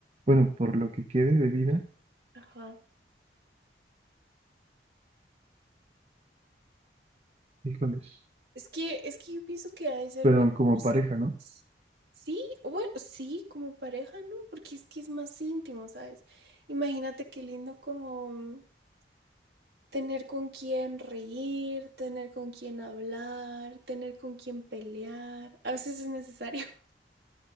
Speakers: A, on the right; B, on the right.
A: bueno, por lo que quede de vida,
B: ajá.
A: híjoles,
B: Es que, es que yo pienso que ha de ser
A: pero
B: mejor.
A: como
B: ¿sabes?
A: pareja, ¿no?
B: Sí, o bueno, sí, como pareja, ¿no? Porque es que es más íntimo, ¿sabes? Imagínate qué lindo como mm, tener con quién reír, tener con quién hablar, tener con quién pelear. A veces es necesario, <laughs>